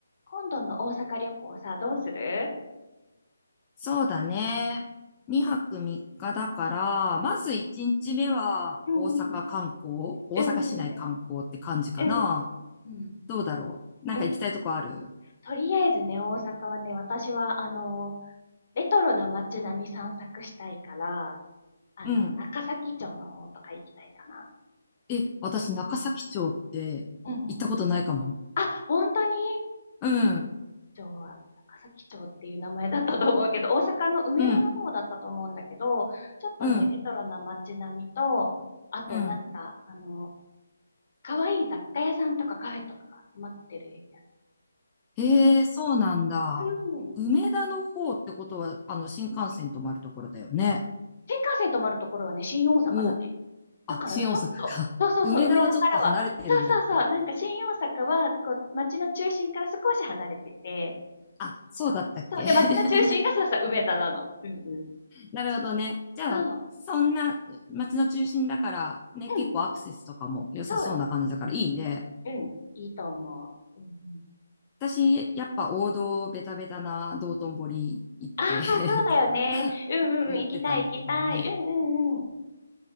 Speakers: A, on the left (about 45°); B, on the left (about 20°).
A: 今度の大阪旅行さ、どうする
B: そうだね。2泊3日だから、
A: う
B: まず1日目は大阪観光、
A: んうん。うん
B: 大阪市内観光って感じかな。
A: うんうん。うんうん。うん
B: どうだろう。なんか行きたいとこある
A: うん。とりあえずね、大阪はね、私は、あの、レトロな街並み散策したいから、あの、
B: うん。
A: 中崎町の方とか行きたいかな。
B: え、私中崎町って行ったことないかも。
A: うんうん。あ、本当に
B: うん、
A: 町は、中崎町っていう名前だったと思うけど、大阪の梅田の方だったと思うんだけど、
B: うん、
A: ちょっとね、
B: うん、
A: レトロな街並みと、あとなんか、
B: うん。
A: あの、可愛い雑貨屋さんとかカフェとかが集まってるエリ
B: ええ、そうなんだ。
A: ア。うん。
B: 梅田の方ってことは、あの、新幹線止まるところだよね。
A: 新幹線止まるところはね、新大阪だね。
B: お、あ、
A: だからちょっと、
B: 新大阪か。
A: そうそうそう、
B: 梅田はちょっと離れてるんだっけ
A: 梅田からは、そうそうそう、なんか新大阪は、こう、街の中心から少し離れてて、
B: あ、そうだったっけ
A: そう、そう、で、
B: <laughs>
A: 街の中心がそうそう、梅田なの。うんうん。
B: なるほどね。じゃあ、
A: そう、
B: そんな街の中心だからね、
A: うん、
B: 結構アクセスとかも良さそうな感じだからいいね。
A: そう、うん、うん、いいと思う。うんうん、
B: 私、やっぱ王道ベタベタな道頓堀行って
A: ああ、
B: <laughs>
A: そうだよね。
B: とか
A: うんうんうん、
B: 思ってたんだけどね。
A: 行きたい行きたい。うんうんうん。